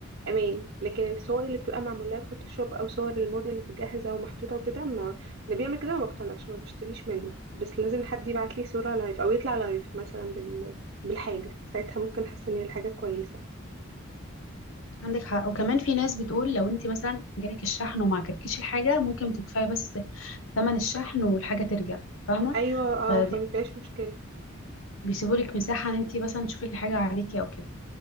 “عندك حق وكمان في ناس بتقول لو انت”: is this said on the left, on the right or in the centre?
Left